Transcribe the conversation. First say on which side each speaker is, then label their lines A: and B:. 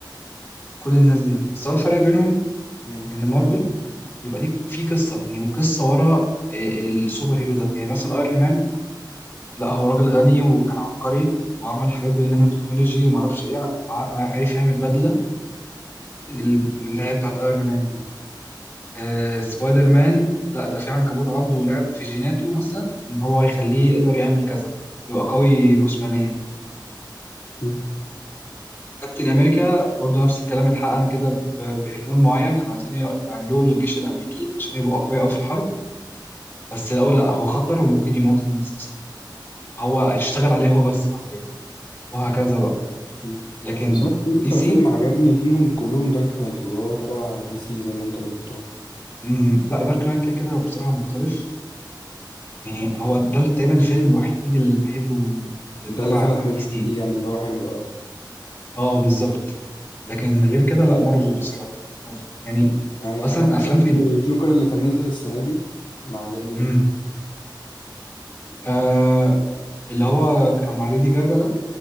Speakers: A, on the left; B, on the left.
A: كل الناس دي بس هو الفرق بينهم
B: امم
A: ان مارفل بيبقى ليك في قصه يعني القصه ورا ال- السوبر هيرو ده يعني مثلا ايرون مان لا هو راجل غني وكان عبقري وعمل حاجات بالنانو تكنولوجي وما اعرفش ايه ع- ع- عارف يعمل بدله ال- اللي هي بتاعت ايرون مان دي آه سبايدر مان لا ده في عنكبوت عضه ولعب في جيناته مثلا ان هو يخليه يقدر يعمل كذا يبقى قوي جسمانيا
B: مم.
A: كابتن امريكا برضو نفس الكلام اتحقن كده ب- بهرمون معين كانوا عايزين يعملوه للجيش الامريكي عشان يبقوا اقوياء قوي في الحرب بس لقوا لا هو خطر وممكن يموت الناس هو اشتغل عليه هو بس حرفيا وهكذا بقى
B: مم.
A: لكن
B: بس بحس ان اكتر
A: دي سي
B: فيلم عجبني فيهم كلهم دارك نايت وهو تبع دي سي زي ما انت قلت اهو
A: مم، لا دارك نايت كده كده بصراحة مختلف يعني هو ده تقريبا الفيلم الوحيد اللي بحبه
B: ده
A: تبع
B: اللي فلت
A: دي
B: من دي
A: سي
B: سي يعني اللي هو حلو اه
A: اه بالظبط لكن غير كده لا مارفل بصراحة مارفل. يعني
B: يعني
A: اصلا
B: حتى
A: افلام
B: شفت
A: في
B: الجوكر اللي كان نزل السنة دي ما عجبنيش
A: مم. آه اللي هو كان مع ليدي جاجا ده